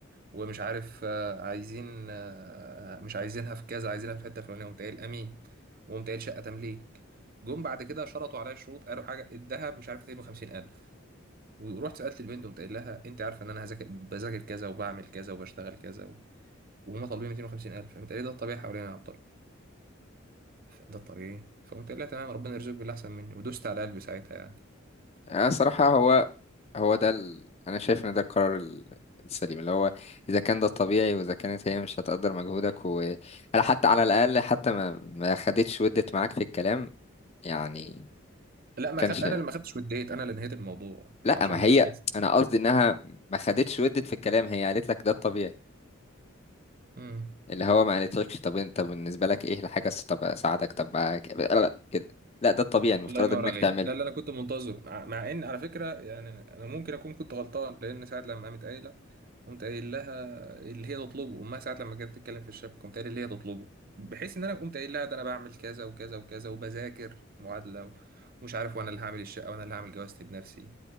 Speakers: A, on the right (about 45°); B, on the left (about 30°).
A: ومش عارف آه، عايزين آه، مش عايزينها في كذا عايزينها في الحته الفلانيه قمت قايل امين وقمت قايل شقه تمليك جم بعد كده شرطوا عليا شروط قالوا حاجه الذهب مش عارف 250 الف ورحت سالت البنت وقمت قايل لها انت عارفه ان انا هذاكر بذاكر كذا وبعمل كذا وبشتغل كذا و... وهم طالبين 250,000 فقمت قايل لي ده الطبيعي حوالينا يا عبد الله ف- ده الطبيعي فقمت قايل لها تمام ربنا يرزقك باللي احسن مني ودوست على قلبي ساعتها يعني
B: يعني صراحه هو هو ده ال... انا شايف ان ده القرار ال- السليم اللي هو اذا كان ده الطبيعي واذا كانت هي مش هتقدر مجهودك و على حتى على الاقل حتى ما ما خدتش ودت معاك في الكلام يعني
A: لا ما
B: كانش
A: خد... انا اللي ما خدتش وديت انا اللي نهيت الموضوع
B: لا
A: عشان
B: ما
A: كده
B: هي
A: اصلا
B: انا قصدي انها ما خدتش ودت في الكلام هي قالت لك ده الطبيعي
A: مم.
B: اللي هو ما قالتلكش طب انت طب بالنسبه لك ايه الحاجه الس- طب اساعدك طب أ- ك- لا لا كده لا ده الطبيعي المفترض
A: الله ينور
B: انك
A: عليك
B: تعمله
A: ده اللي انا كنت منتظره مع, مع ان على فكره يعني انا ممكن اكون كنت غلطان لان ساعه لما قامت قايله قمت قايل لها اللي هي تطلبه امها ساعه لما جت تتكلم في الشبكه قمت قايل اللي هي تطلبه بحيث ان انا قمت قايل لها ده انا بعمل كذا وكذا وكذا وبذاكر معادله ومش عارف وانا اللي هعمل الشقه وانا اللي هعمل جوازتي بنفسي